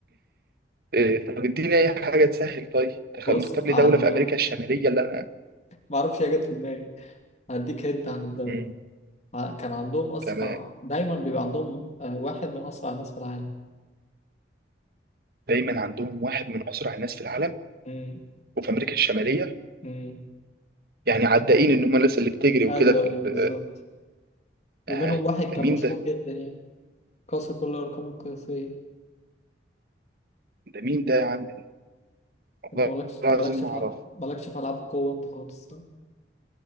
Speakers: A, on the right; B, on the left.
A: إيه طب اديني اي حاجه تسهل طيب تخ-
B: بص
A: مختار لي
B: عندهم
A: دوله في امريكا الشماليه اللي انا
B: معرفش هي جت في دماغي هديك هنت عن الدولة
A: مم.
B: ع- كان عندهم أسرع
A: تمام
B: دايما بيبقى عندهم آه، واحد من أسرع الناس في العالم
A: دايما عندهم واحد من اسرع الناس في العالم
B: م،
A: وفي امريكا الشماليه
B: م.
A: يعني عدائين ان هم الناس اللي بتجري
B: ايوه
A: وكده في
B: ايوه
A: ال-
B: بالظبط ومنهم
A: اه
B: واحد كان
A: ده مين
B: مشهور
A: ده؟
B: جدا يعني قاسي كل الارقام القياسيه
A: ده مين ده يا عم؟ والله
B: انت مالكش
A: العظيم
B: مالكش
A: ما
B: في
A: اعرف
B: ألع- مالكش في العاب قوه انت خالص صح؟